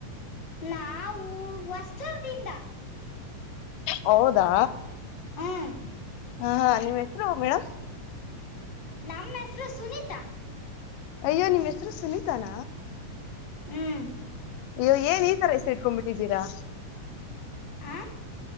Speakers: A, on the left; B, on the left.
A: ನಾವು ವಸ್ತ್ರದಿಂದ
B: ಹೌದಾ
A: ಹ್ಮ್
B: ಹ ಹಾ ನಿಮ್ಮ್ ಹೆಸರು ಮೇಡಮ್
A: ನಾಮ ಮಸರು ಸುನಿತಾ
B: ಅಯ್ಯೋ ನಿಮ್ಮ್ ಹೆಸರು ಸುನೀತಾನ
A: ಹ್ಮ್
B: ಅಯ್ಯೋ ಏನ್ ಈ ತರ ಎಸ ಇಟ್ಕೊಬಿಟ್ಟಿದ್ದೀರಾ
A: ಹ